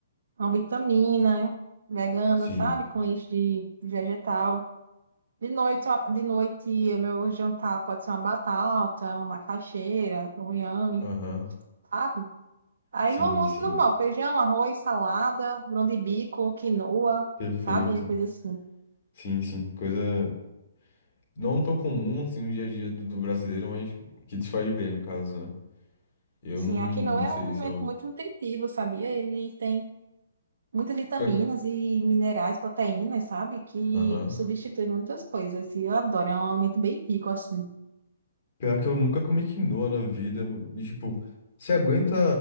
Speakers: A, on the right (about 60°); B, on the left (about 35°).
A: uma vitamina vegana,
B: Sim.
A: sabe? Com leite de vegetal. De noite, ó, de noite, o meu jantar pode ser uma batata, uma macaxeira, um inhame,
B: Aham.
A: sabe? Aí
B: Sim,
A: o almoço
B: sim.
A: normal, feijão, arroz, salada, grão de bico, quinoa,
B: Perfeito.
A: sabe? Coisa assim.
B: Sim, sim. Coisa não tão comum assim no dia a dia do, do brasileiro, mas que te faz bem, no caso, né? Eu
A: Sim,
B: não,
A: a quinoa
B: não
A: é
B: sei
A: um alimento
B: se eu.
A: muito nutritivo, sabia? Ele tem muitas vitaminas
B: Pior-
A: e minerais, proteínas, sabe? Que
B: Aham.
A: substitui muitas coisas. E eu adoro, é um alimento bem rico, assim.
B: Pior que eu nunca comi quinoa na vida. E, tipo, você aguenta